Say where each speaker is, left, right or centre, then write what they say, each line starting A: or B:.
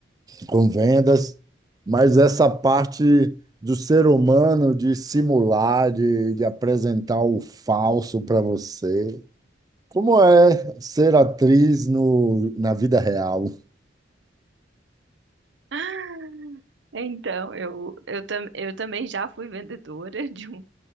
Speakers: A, on the right; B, on the right.
A: com vendas, mas essa parte do ser humano de simular, de, de apresentar o falso para você. Como é ser atriz no, na vida real?
B: Ah, Então, eu, eu, tam, eu também já fui vendedora de um,